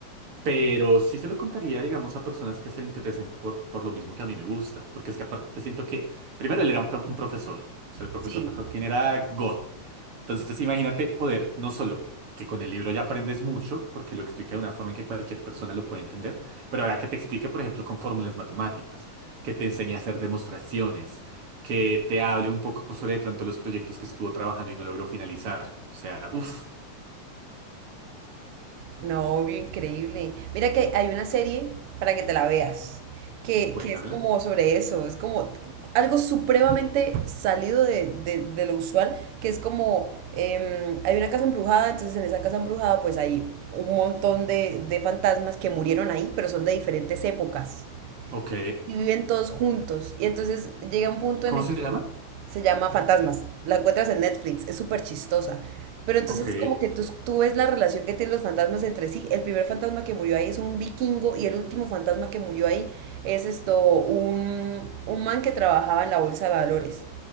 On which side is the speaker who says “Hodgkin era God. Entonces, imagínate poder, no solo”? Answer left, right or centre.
Right